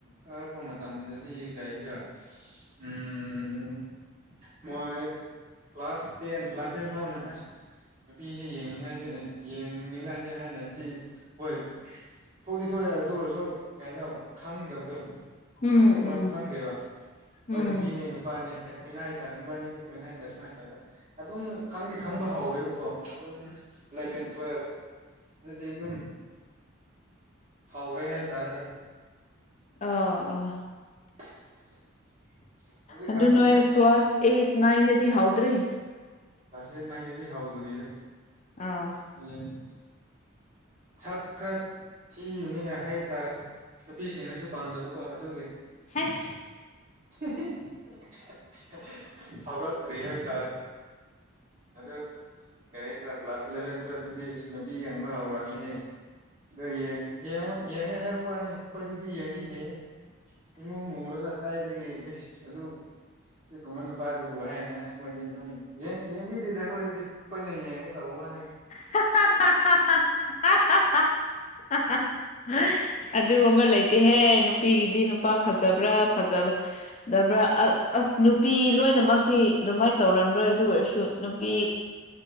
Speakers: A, on the right; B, on the left.
A: ꯀꯥꯔꯛꯄ ꯃ ꯇꯝꯗꯗꯤ ꯀꯩꯁꯨ ꯎꯝ-ꯎꯝ-ꯎꯝ ꯃꯣꯏ ꯀ꯭ꯂꯥꯁ ꯇꯦꯟ ꯀ꯭ꯂꯥꯁ ꯇꯦꯟ ꯄꯥꯎꯅ ꯑꯁ ꯅꯨꯄꯤꯁꯤ ꯌꯦꯡꯅꯤꯡꯉꯥꯏꯅꯤ ꯌꯦꯡꯅꯤꯡꯉꯥꯏꯅꯤ ꯍꯥꯏꯅꯗꯤ ꯍꯣꯏ ꯊꯣꯛꯇꯤ-ꯊꯣꯛꯑꯦ ꯑꯗꯨ ꯑꯣꯏꯔꯁꯨ ꯀꯩꯅꯣ ꯈꯪꯗꯕꯗꯣ
B: ꯎꯝ
A: ꯃꯊꯣꯡ
B: ꯎꯝ
A: ꯃꯔꯝ ꯈꯪꯗꯦꯕ
B: ꯎꯝ
A: ꯍꯣꯏ ꯅꯨꯄꯤꯅꯦ ꯅꯨꯄꯥꯅꯦ ꯑꯦ ꯀꯣꯏꯅꯩ ꯇꯔꯝꯕꯅꯤꯗꯤ ꯀꯣꯏꯅꯗ ꯁꯨꯃꯥꯏ ꯇꯧꯗ ꯑꯗꯨꯝ ꯈꯪꯗꯤ ꯈꯪꯕ ꯍꯧꯥꯎꯔꯦꯕꯀꯣ ꯑꯗꯨꯝ ꯏꯂꯚꯦꯟ ꯇꯨꯋꯦꯜꯐ ꯑꯗꯨꯗꯤ ꯗꯨꯝ ꯍꯧꯔꯦ ꯍꯥꯏꯕ ꯇꯥꯔꯦꯗ
B: ꯑ ꯑꯥ
A: <inaudible> ꯍꯧꯖꯤꯛꯀꯥꯟꯗꯤ
B: ꯑꯗꯨ ꯅꯣꯏ
A: ꯑꯁ
B: ꯀ꯭ꯂꯥꯁ ꯑꯦꯠ ꯅꯥꯏꯟꯗꯗꯤ ꯍꯥꯎꯗ꯭ꯔꯤ
A: ꯀꯂ꯭ꯥꯁ ꯑꯥꯠ ꯅꯥꯏꯅꯦꯗꯤ ꯍꯥꯎꯗ꯭ꯔꯔꯤ ꯏꯗ
B: ꯑꯥ
A: <unintelligible> ꯁꯛ ꯈꯔ ꯊꯤꯕꯅꯤꯅ ꯍꯥꯏꯕ ꯇꯥꯔꯦ ꯅꯨꯄꯤꯁꯤꯡꯅꯁꯨ ꯄꯥꯝꯗꯕꯀꯣ ꯑꯗꯨꯒꯤ
B: ꯍꯩꯁ
A: <inaudible> ꯍꯧꯔꯥꯛꯇꯔꯤ ꯍꯩꯕ ꯇꯥꯔꯦ ꯑꯗꯨ ꯀꯩ ꯍꯥꯏꯁꯤꯔ ꯀ꯭ꯂꯥꯁ ꯏꯂꯚꯦꯟ ꯊꯨꯋꯇꯗꯤ ꯏꯁ ꯅꯨꯄꯤ ꯌꯦꯡꯕ ꯍꯧꯔꯅꯤ ꯑꯦ ꯑꯗꯨ ꯌꯦꯡꯉꯣ ꯌꯦꯡꯉꯦ ꯍꯥꯏꯕ ꯋꯥꯅꯤ ꯑꯩꯈꯣꯏꯗꯗꯤ ꯌꯦꯡꯕꯤꯗꯦ ꯏꯃꯨꯡ ꯃꯨꯔꯒ ꯀꯥꯏꯗꯒꯤ ꯑꯦꯁ ꯑꯗꯨ ꯀꯃꯟ ꯅꯨꯄꯥꯗꯨꯕꯨ ꯍꯥꯏꯅ ꯑꯁ ꯃꯣꯏꯅꯤ ꯑꯗꯨꯝ ꯌꯦꯡꯕꯤꯗꯦꯗ ꯑꯩ ꯍꯣꯏ ꯑꯗꯨꯗꯤ ꯀꯣꯏ ꯅ ꯌꯦꯡꯉꯦ ꯇꯧꯕ ꯋꯥꯅꯦ
B: ꯍꯥ ꯍꯥ ꯑꯗꯨꯒꯨꯝꯕ ꯂꯩꯇꯦꯍꯦ ꯅꯨꯄꯤꯒꯤꯗꯤ ꯅꯨꯄꯥ ꯐꯖꯕ꯭ꯔꯥ ꯐꯖꯕ ꯗꯕ꯭ꯔꯥ ꯑ ꯑꯁ ꯅꯨꯄꯤ ꯂꯣꯏꯅꯃꯛꯇꯤ ꯑꯗꯨꯃꯥꯏꯅ ꯇꯧꯔꯝꯔꯣꯏ ꯑꯗꯨ ꯑꯣꯏꯔꯁꯨ ꯁꯨ ꯅꯨꯄꯤ